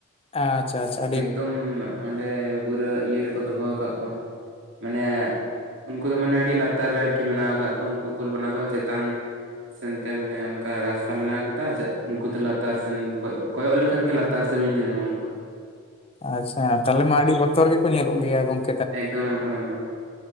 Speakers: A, on the left; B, on the right.
A: ᱟᱪᱷᱟ ᱟᱪᱷᱟ
B: ᱮᱠᱫᱚᱢ ᱚᱸᱰᱮ ᱯᱩᱨᱟᱹ ᱤᱭᱟᱹ ᱨᱮᱠᱚ ᱫᱚᱦᱚ ᱟᱠᱟᱫ ᱠᱚᱣᱟ᱾ ᱢᱟᱱᱮ ᱩᱱᱠᱩ ᱫᱚ ᱢᱟᱱᱮ ᱟᱹᱰᱤ ᱞᱟᱛᱟᱨ ᱨᱮ ᱟᱨᱠᱤ ᱢᱮᱱᱟᱜ ᱟᱠᱟᱫ ᱠᱚᱣᱟ ᱩᱱᱠᱩ ᱠᱩᱞ ᱵᱟᱱᱟ ᱫᱚ ᱪᱮᱛᱟᱱ ᱥᱮᱱᱛᱮ ᱢᱟᱱᱮ ᱚᱱᱠᱟ ᱨᱟᱥᱛᱟ ᱯᱟᱛᱟ ᱢᱮᱱᱟᱜ ᱠᱟᱫᱟ ᱪᱮᱫ ᱩᱱᱠᱩ ᱫᱚ ᱞᱟᱛᱟᱨ ᱥᱮᱱ ᱠᱚᱭᱚᱜ ᱞᱮᱠᱷᱟᱱ ᱜᱮ ᱞᱟᱛᱟᱨ ᱥᱮᱱ ᱵᱤᱱ ᱧᱮᱞ ᱧᱟᱢᱟ ᱩᱱᱠᱩ ᱫᱚ᱾
A: ᱟᱪᱷᱟ ᱛᱟᱦᱚᱞᱮ ᱢᱟ ᱟᱹᱰᱤ ᱵᱚᱛᱚᱨ ᱜᱮᱠᱚ ᱧᱮᱞᱚᱜ ᱜᱮᱭᱟ ᱵᱟᱝ ᱾
B: ᱮᱠᱫᱚᱢ ᱮᱠᱫᱚᱢ ᱮᱠᱫᱚᱢ